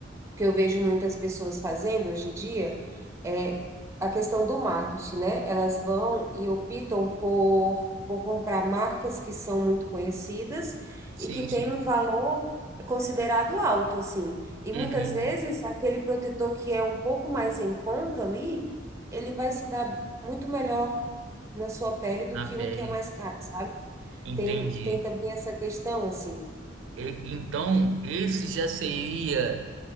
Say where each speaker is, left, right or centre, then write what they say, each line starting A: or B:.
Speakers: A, on the right (about 15°); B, on the right (about 85°).
A: que eu vejo muitas pessoas fazendo hoje em dia é a questão do marketing, né? Elas vão e optam por, por comprar marcas que são muito conhecidas
B: sim,
A: e que têm
B: sim.
A: um valor considerado alto, assim. E
B: Uhum.
A: muitas vezes aquele protetor que é um pouco mais em conta ali, ele vai se dar muito melhor na sua pele do
B: na
A: que
B: pele.
A: um que é mais caro, sabe?
B: Entendi.
A: Tem, tem também essa questão, assim,
B: E- então, esse já seria